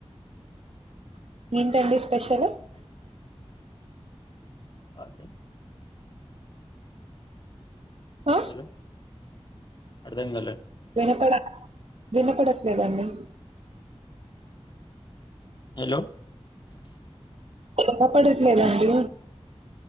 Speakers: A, on the right; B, on the left.
A: ఏంటండి స్పెషల్
B: అండి
A: ఆ
B: హలో అర్థం కాలే
A: వినపడ వినపడట్లేదండి
B: హలో
A: కపడట్లేదండి